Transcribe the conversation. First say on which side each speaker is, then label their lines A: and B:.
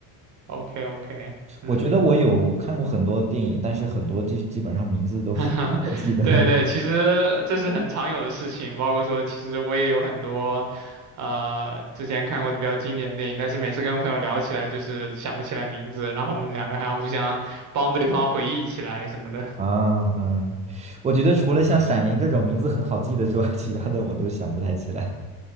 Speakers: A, on the right; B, on the right.
A: ，OK OK，嗯。
B: 我觉得我有看过很多电影，但是很多基基本上名字都 <laughs>
A: <laughs>
B: 不太记得
A: 对对，其实这是很常有的事情，包括说，其实我也有很多，呃，之前看过的比较经典的电影，但是每次跟朋友聊起来，就是想不起来名字，然后我们两个还要互相帮对方回忆起来什么的。
B: <laughs> 啊。嗯，我觉得除了像《闪灵》这种名字很好记的之外，<laughs> 其他的我都想不太起来，